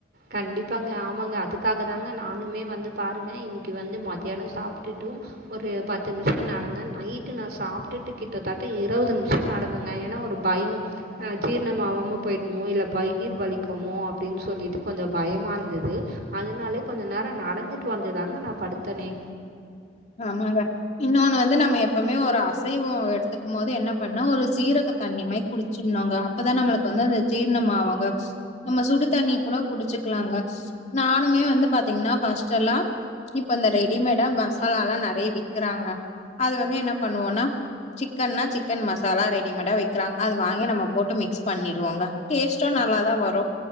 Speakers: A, on the right; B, on the left.
A: கண்டிப்பாங்க ஆமாங்க அதுக்காக தாங்க நானுமே வந்து பாருங்க இன்னைக்கு வந்து மத்யான சாப்ட்டுட்டு ஒரு பத்து நிம்ஷ நடந்தே நைட்டு நா சாப்ட்டுட்டு கிட்டத்தட்ட இருவது நிம்ஷ நடந்தங்க ஏனா ஒரு பயோ அ ஜீர்ணமாவாம போயிடுமோ இல்ல வயிற் வலிக்குமோ அப்டின் சொல்லிட்டு கொஞ்ச பயமா இருந்தது அதனாலே கொஞ்ச நேர நடந்துட்டு வந்துதாங்க நா படுத்தனே
B: ஆமாங்க இன்னொன்னு வந்து நம்ம எப்பமே ஒரு அசைவோ எடுத்துக்கு போது என்ன பண்ண ஒரு சீரக தண்ணி மரி குடிச்சின்னுங்க அப்பதா நம்ளுக்கு வந்து அந்த ஜீர்ணமாவுங்க நம்ம சுடு தண்ணி கூட குடிச் குலாங்க நானுமே வந்து பாத்தீங்னா ஃபஸ்டெல்லா இப்ப இந்த ரெடிமேடா சாலாலா நறைய விக்கிறாங்க அது வந்து என்ன பண்ணுவோனா சிக்கன்னா சிக்கன் மசாலா ரெடிமேடா விக்கிறாங்க அது வாங்கி நம்ம போட்டு மிக்ஸ் பண்ணிருவோங்க டேஸ்டு நல்லாதா வரு